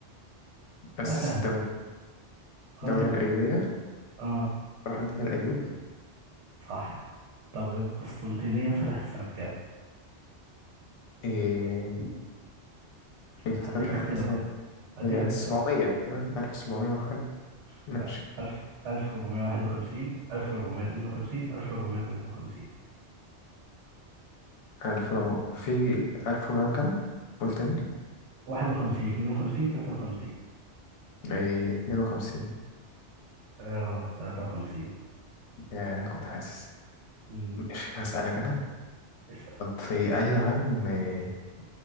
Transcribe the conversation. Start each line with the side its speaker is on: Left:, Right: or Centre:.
Left: أسس
Right: أسهل
Left: الدولة الدولة
Right: اه
Left: الأيوبية
Right: اه
Left: صلاح الدين الأيوبي
Right: صح طب القسطنطينية اتفتحت سنة كام؟
Left: إيه افتتحت
Right: هديك اختيارات
Left: سنة
Right: هديك
Left: هي
Right: اختيارات
Left: سبعمية تقريبا ألف سبعمية وحاجة ماشي
Right: لا 1000 1451 1452 1453
Left: ألف رو... في ألف ومية كام قول تاني
Right: 51 52 53
Left: إيه اتنين وخمسين
Right: آه غلط 53
Left: يا كنت حاسس
Right: امم
Left: ماشي هسألك أنا
Right: اسأل
Left: طب في أي عام إيه